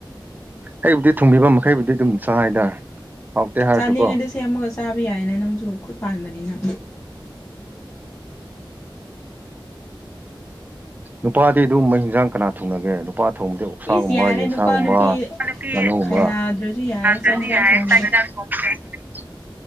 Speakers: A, on the right; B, on the left.
A: ꯑꯩꯕꯨꯗꯤ ꯊꯨꯡꯕꯤꯕ ꯃꯈꯩꯕꯨꯗꯤ ꯑꯗꯨꯝ ꯆꯥꯏꯗ ꯍꯥꯎꯇꯦ ꯍꯥꯏꯔꯁꯨꯀꯣ
B: ꯆꯥꯅꯤꯡꯉꯗꯤ ꯁꯦꯝꯃꯒ ꯆꯥꯕ ꯌꯥꯏꯅꯦ ꯅꯪꯖꯨ ꯈꯨꯠ ꯄꯥꯟꯕꯅꯤꯅ
A: ꯅꯨꯄꯥꯗꯤ ꯑꯗꯨꯝꯕ ꯏꯟꯖꯥꯡ ꯀꯅꯥ ꯊꫭꯡꯅꯒꯦ ꯑꯗꯨ ꯅꯨꯄꯥ ꯊꯣꯡꯕꯗꯤ ꯑꯣꯛꯁꯥꯒꯨꯝꯕ
B: ꯏꯁ ꯌꯥꯔꯦ
A: ꯌꯦꯟꯁꯥꯒꯨꯝꯕ
B: ꯅꯨꯄꯥ ꯅꯨꯄꯤ
A: ꯉꯥꯅꯨꯒꯨꯝꯕ
B: ꯈꯥꯏꯅꯗ꯭ꯔꯁꯨ ꯌꯥꯔꯦ
A: <unintelligible>
B: ꯆꯥꯛ ꯌꯦꯟꯁꯥꯡ ꯊꯣꯡꯕꯗ
A: <unintelligible>